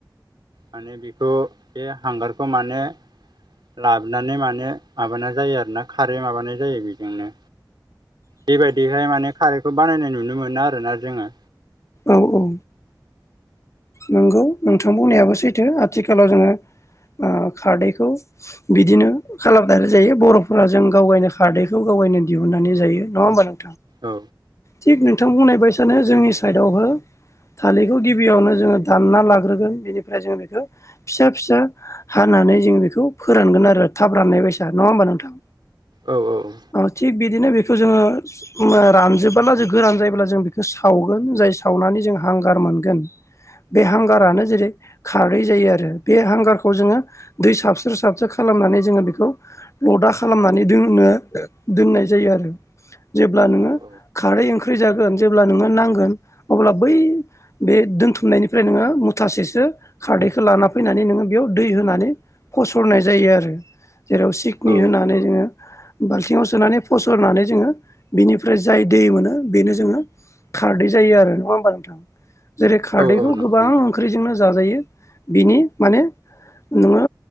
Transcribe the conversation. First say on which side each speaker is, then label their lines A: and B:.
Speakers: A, on the right; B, on the left.
A: माने बेखौ बे हांगारखौ माने लाबोनानै माने माबानाय जायो आरोना खारै माबानाय जायो बेजोंनो बेबायदिहाय माने खारैखौ बानायनाय नुनो मोनो आरोना जोङो
B: औ औ नंगौ नोंथां बुंनायाबो सैथो आथिखालाव जोङो ओ खारदैखौ बिदिनो खालामनाय जायो बर'फोरा जों गाव गायनो खारदैखौ गाव थायनो दिहुननानै जायो नङा होमबा नों
A: औ
B: थिग नोंथां बुंनाय बाय सानो जोंनि साइडआव हो थालिरखौ गिबियावनो जों दा लारोगोन बेनिफ्राय ज बेखौ फिसा फिसा हानानै ज बेखौ फोरानोन आरो थाब राननाय बेससा नङा होमबा नोंथां।
A: औ औ औ
B: ओ थिग बिदिनो बेखौ जोङो रानजोबबोला जों गोरान जायोब्ला जों बेखौ सावगोन जाय सावनानै जोङो हांगार मोनगोन बे हांगारानो
A: औ
B: जेरै खारै जायो आरो बे हांगारखौ जोङो दै साबस्र साबस्र खालामनानै जोङो बेखौ ल लद्रा खालामनानै दोनो दोननाय जायो आरो जेब्ला नोंङो
A: औ
B: खारै ओं <unintelligible> ख्रि जागोन जेब्ला नो नांगोन अब्ला बै बे दोनथ <unintelligible> नायनिफ्राय नोङो मुथासेसो खारदैखो लाना फैनानै नोङो बेयाव दै होनानै फसरनाय जाय यो आरो जेराव सिकनि
A: औ
B: होनानै जोङो बाल्थिङाव सोनानै फसरनानै जोङो बिनिफ्राय जाय दै मोनो बेनो जोङो खारदै जायो आरो नङा होमबा नोंथां जेरै खारदैखौ
A: औ औ नंगौ
B: गोबां
A: नोंथां
B: ओंख्रिजोंनो जाजायो बिनि माने नोङो